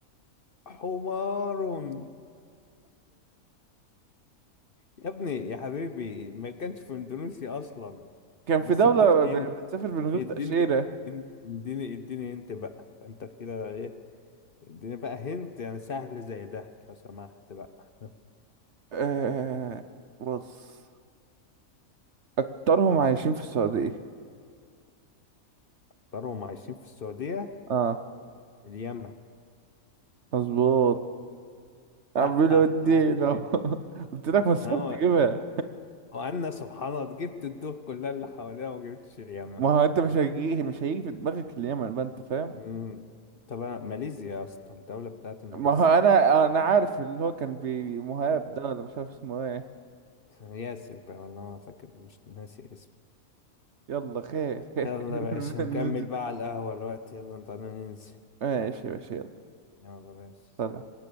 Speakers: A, on the left; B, on the right.
A: حمار <laughs> يا ابني يا حبيبي ما كانش في اندونيسيا اصلا
B: كان في
A: بس
B: دولة
A: اديني
B: ب-
A: انت
B: بتسافر من غير
A: اديني
B: تأشيرة
A: اديني اديني انت بقى انت كده إيه؟ اديني بقى هنت يعني سهل زي ده لو سمحت بقى
B: آه بص أكترهم عايشين في السعودية
A: هختارهم عايشين في السعودية
B: اه
A: اليمن
B: مظبوط عمال
A: <laughs>
B: ودينا <laughs> قلت لك مستحيل
A: هو
B: تجيبها
A: وأنا سبحان الله جبت الدول كلها اللي حواليها وما جبتش اليمن
B: ما هو انت مش هيجي مش هيجي في دماغك اليمن بقى انت فاهم
A: مم. طب أنا- ماليزيا يا اسطى الدولة بتاعت ماليزيا
B: ما هو انا انا عارف اللي هو كان بمهاب ده ولا مش عارف اسمه ايه
A: ياسر بقى والله ما فاكر مش ناسي اسمه
B: يلا خير <laughs> خير
A: يلا يا باشا نكمل
B: ننزل
A: بقى على القهوة الوقت يلا تعالى ننزل
B: ماشي ماشي يلا
A: يلا يا باشا
B: سلام